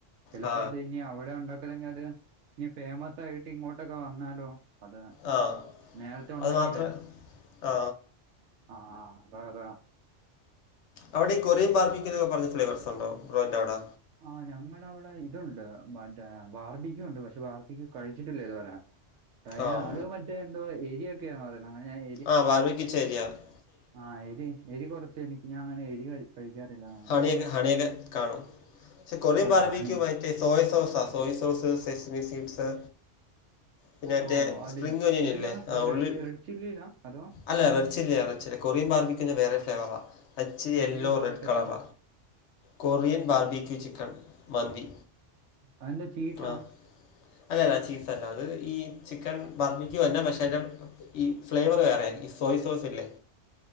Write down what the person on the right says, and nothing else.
ചിലപ്പോ
അത് നനി അവിടെ ഉണ്ടാക്കലെങ്കിൽ അത് ന ഫേമസ് ആയിട്ട് ഇങ്ങോട്ടൊക്കെ വന്നാലോ അത്
നേരത്തെ ഉണ്ടെങ്കിലേ
ആഹ ആഹ് അതെതെ
ആ ഞങ്ങള അവിടെ ഇതുണ്ട് മറ്റേ ബാർബിക്ക ഉണ്ട് പക്ഷെ ബാർബിക്ക് കഴിച്ചിട്ടില്ലേ ഇത് വരാ പ്രയ
അത് മറ്റേ എന്തോ എലി ഒക്കെ യൊക്കെയാണോ അത് അങ്ങനയായേ
ആഹ് എരി എരി കുറച്ച് എനിക്ക് ഞാൻ അങ്ങനെ എരി ക കഴിക്കാറില്ല അങ്ങനെ
ആ
ഹണി
ഓ അതില
ഇതിലാ
ഈ
റെഡ് റെഡ് ചില്ലിയിലാ അതോ
കൊറിയൻ ബാർക്കറ്റോ
അതന്തചീസാ